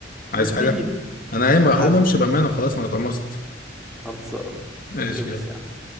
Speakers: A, on the left (about 50°); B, in the centre.
A: عايز
B: برلين
A: حاجة
B: <laughs>
A: انا قايم هقوم
B: حبيبي
A: امشي بأمانة خلاص انا اتقمصت
B: خلصان
A: ماشي
B: اتقبس
A: يلا
B: يا عم